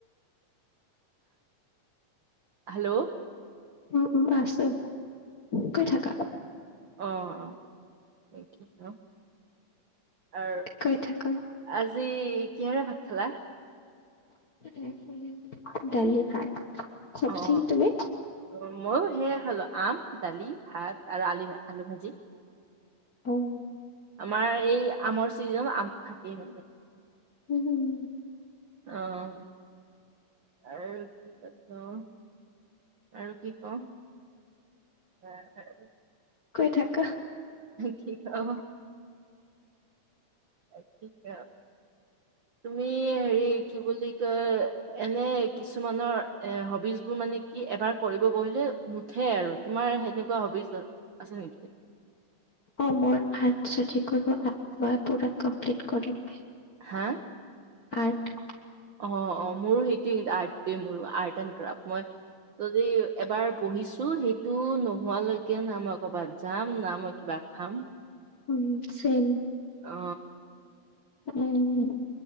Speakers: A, on the right; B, on the left.
A: হেল্ল'
B: উম, উম, আছো, কৈ থাকা
A: অঁ তাকে ন আ
B: কৈ থাকা।
A: আজি কিহেৰে ভাত খালা?
B: আজি দালি ভাত। চব
A: অ'।
B: ঠিক তুমি
A: অ', ময়ো সেয়াই খালো, আম, দালি, ভাত আৰু আলু, আলু ভাজি।
B: উম
A: আমাৰ এই আমৰ চিজন আম থাকেই মানে।
B: উম, হুম,
A: অ আৰু কি পাতো আৰু কি কওঁ <unintelligible>
B: কৈ থাকা
A: কি কও তাকেত তুমি হেৰি কি বুলি কয় এনে কিছুমানৰ এ হবিজ বোৰ মানে কি এবাৰ কৰিব বহিলে নুঠে আৰু তোমাৰ হেনেকুৱা হবিজ আছে নিকি
B: অ মই আৰ্ট যদি কৰো আৰ্ট মই পুৰা কমপ্লিট কৰিমে
A: হা
B: আৰ্ট
A: অ অ মোৰো সেইটোৱে আৰ্ট মোৰো আৰ্ট এণ্ড ক্ৰাব মই যদি এবাৰ বহিছো সেইটো নোহোৱালৈকে না মই কৰ'ৰবাত যাম না মই কিবা খাম
B: উম চেম
A: অ
B: উম